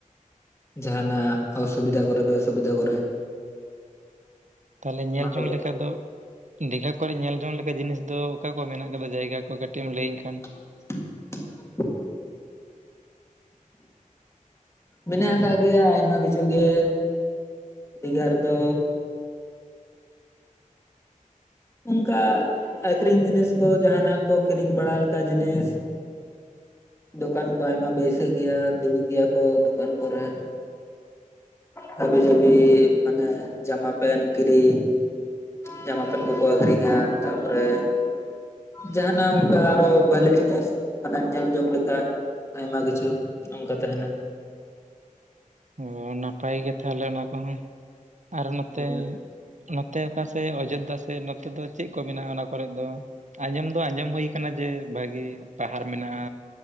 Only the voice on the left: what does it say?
ᱡᱟᱦᱟᱸᱱᱟᱜ ᱚᱥᱩᱵᱤᱫᱷᱟ ᱠᱚᱨᱮ ᱵᱮᱥᱩᱵᱤᱫᱷᱟ ᱠᱚᱨᱮ
ᱚᱱᱟ
ᱛᱮᱜᱮ
ᱻ ᱢᱮᱱᱟᱜ ᱟᱠᱟᱜ ᱜᱮᱭᱟ ᱟᱭᱢᱟ ᱠᱤᱪᱷᱩ ᱜᱮ ᱫᱤᱜᱷᱟ ᱨᱮᱫᱚ ᱚᱱᱠᱟ ᱟᱠᱷᱨᱤᱧ ᱡᱤᱱᱤᱥ ᱠᱚ ᱡᱟᱦᱱᱟᱜ ᱠᱚ ᱠᱤᱨᱤᱧ ᱵᱟᱲᱟ ᱞᱮᱠᱟ ᱡᱤᱱᱤᱥ ᱫᱚᱠᱟᱱ ᱠᱚ ᱟᱭᱢᱟ ᱵᱟᱹᱭᱥᱟᱹᱜ ᱜᱮᱭᱟ ᱫᱩᱲᱩᱵ ᱜᱮᱭᱟ ᱠᱚ ᱫᱚᱠᱟᱱ ᱠᱚᱨᱮ ᱦᱟᱹᱵᱤ ᱡᱟᱹᱵᱤ ᱢᱟᱱᱮ ᱡᱟᱢᱟ ᱯᱮᱱ ᱠᱤᱨᱤᱧ᱾ ᱡᱟᱢᱟ ᱯᱮᱱ ᱠᱚᱠᱚ ᱟᱹᱠᱷᱨᱤᱧᱟ ᱛᱟ ᱯᱚᱨᱮ ᱡᱟᱦᱟᱱᱟᱜ ᱚᱱᱠᱟ ᱟᱨᱚ ᱵᱷᱟᱞᱮ ᱡᱤᱱᱤᱥ ᱢᱟᱱᱮ ᱧᱮᱞ ᱡᱚᱝ ᱞᱮᱠᱟ ᱟᱭᱢᱟ ᱠᱤᱪᱷᱩ ᱚᱱᱠᱟ ᱛᱟᱦᱮᱱᱟ
ᱦᱮᱸ